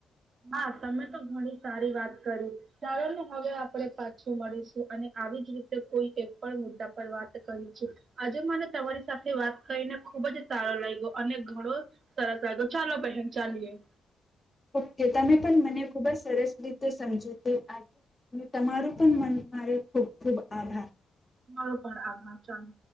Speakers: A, on the right; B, on the left.
A: હા તમે તો ઘણી સારી વાત કરી ચાલોને હવે આપણે પાછું મળીશું અને આવી જ રીતે કોઈ એક પણ મુદ્દા પર વાત કરીશું આજે મને તમારી સાથે વાત કરીને ખુબ જ સારો લાગ્યો અને ઘણો સરસ લાયગો ચાલો બહેન ચાલીએ.
B: ઓકે તમે પણ મને ખુબ જ સરસ રીતે સમજૂતી આપ્યું તમારું પણ મન મારે ખૂબ ખૂબ આભાર.
A: તમારો પણ આભાર ચાલુ.